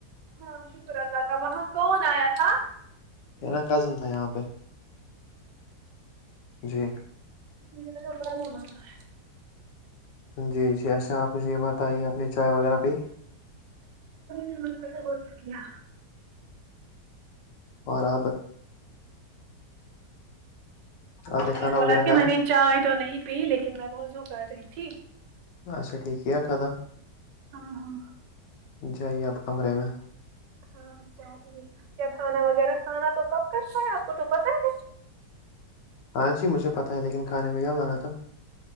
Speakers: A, on the right (about 80°); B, on the left (about 80°).
A: ہاں شکر اللہ کا وہاں کون آیا تھا
B: نا کزن تھا یہاں پہ جی
A: مھا کپڑا سا ہے
B: جی جی اچھا آپ مجھے یہ بتائیے اپنی چائے وغیرہ بھی
A: لگا بہت کیا
B: اور آپ آپ
A: میں
B: کھانا
A: نے بولا
B: وغیرہ
A: کہ
B: کھایا
A: میں نے چائے تو نہیں پی لیکن میں وہ کر رہی تھی
B: اچھا ٹھیک کیا ہے خدم
A: ہاں ہاں
B: جائیے آپ کمرے میں
A: ہاں اچا کیا کھانا وغیرہ کھانا تو کب کا کا ہے آپ کو تو پتہ ہے
B: آنسیی مجھے پتہ ہے لیکن کھانے میں کیا بناات تھا